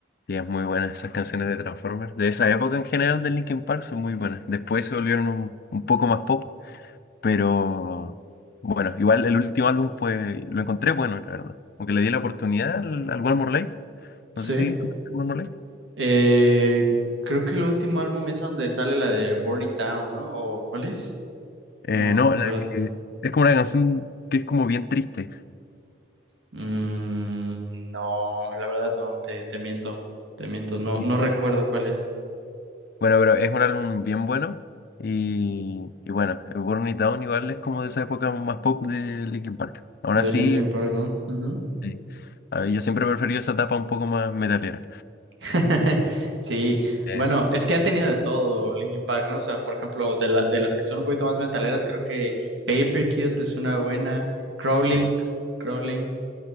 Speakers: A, on the left; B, on the right.
A: Y es muy buena esas canciones de Transformers. De esa época en general de Linkin Park son muy buenas. Después se volvieron un, un poco más pop. Pero bueno, igual el último álbum fue, lo encontré bueno, la verdad. Porque le di la oportunidad al, al One More Light.
B: Sí.
A: No sé si conoces One More Light.
B: Eh, creo que el último álbum es donde sale la de Burn It Down, ¿no? ¿O cuál es?
A: Eh,
B: No
A: no,
B: recuerdo.
A: la que- es como una canción que es como bien triste.
B: Mm, no, la verdad no, te, te miento, te miento, no,
A: Y-
B: no recuerdo cuál es.
A: Bueno, pero es un álbum bien bueno. Y, y bueno, el Burn It Down igual es como de esa época más pop de Linkin Park. Aún
B: De
A: así,
B: Linkin Park, ¿no? Ujú.
A: eh, a- yo siempre he preferido esa etapa un poco más metalera.
B: <laughs> Sí,
A: Eh,
B: bueno, es que ha tenido de todo Linkin Park, ¿no? O sea, por ejemplo, de, la- de las que son un poquito más metaleras, creo que Paper Cute es una buena, Crawling,
A: sí,
B: Crawling.